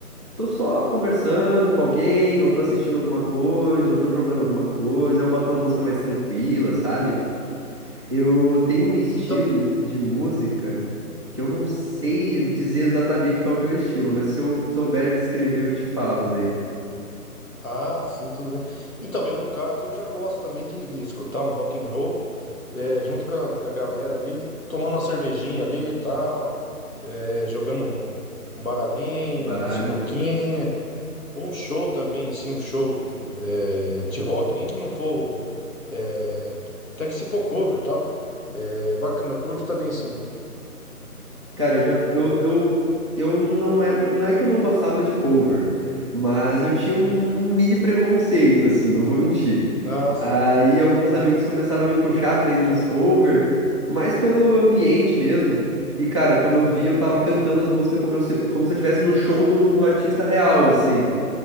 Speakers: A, on the right (about 20°); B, on the left (about 60°).
A: Tô só conversando com alguém, ou tô assistindo alguma coisa, ou tô jogando alguma coisa, aí eu boto uma música mais tranquila, sabe? Eu tenho um estilo
B: Então.
A: de música que eu não sei dizer exatamente qual que é o estilo, mas se eu souber descrever, eu te falo daí.
B: Ah, sim, tudo bem. Então, eu no caso, eu já gosto também de, de escutar um rock and roll, eh, junto com a, com a galera ali, tomando uma cervejinha ali e tal, eh, jogando um, um baralhinho,
A: Baralho.
B: uma sinuquinha, ou um show também, sim, um show eh, de rock, nem que não for, eh, até que se for cover e tal. É, bacana, eu curto também, sim.
A: Cara, eu já fu- eu, eu, eu não é não é que eu não gostava de cover, mas eu tinha um mini preconceito assim, não vou mentir.
B: Ah, sim.
A: Aí alguns amigos começaram a me puxar pra ir nos cover, mais pelo ambiente mesmo. E cara, quando eu vi, eu tava cantando as músicas como, eu se- como se eu estivesse no show do, do artista real, assim.